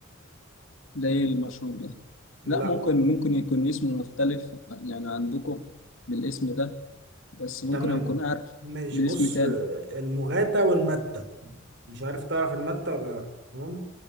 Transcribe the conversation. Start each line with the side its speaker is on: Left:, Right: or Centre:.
Left: زي المشروب ده
Right: لا
Left: لا ممكن ممكن يكون اسمه مختلف يعني عندكم بالاسم ده بس ممكن
Right: تمام
Left: أكون عارف
Right: ماشي
Left: باسم
Right: بص
Left: تاني
Right: المغاتة والمتة مش عارف تعرف المتة ولا لا تمام